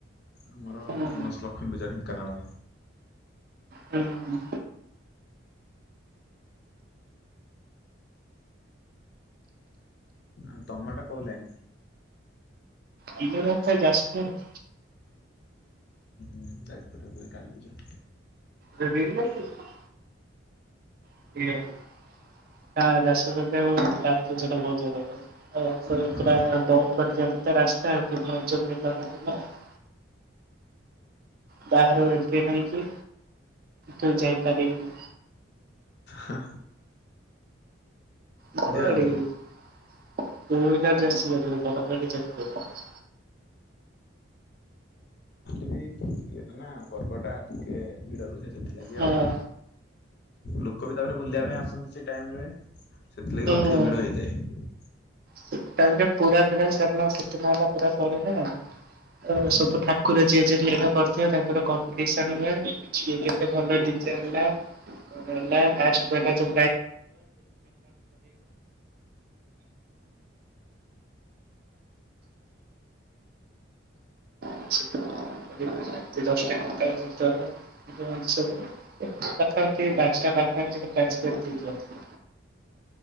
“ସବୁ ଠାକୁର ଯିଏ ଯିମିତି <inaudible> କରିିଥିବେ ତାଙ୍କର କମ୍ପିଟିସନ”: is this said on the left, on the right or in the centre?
Right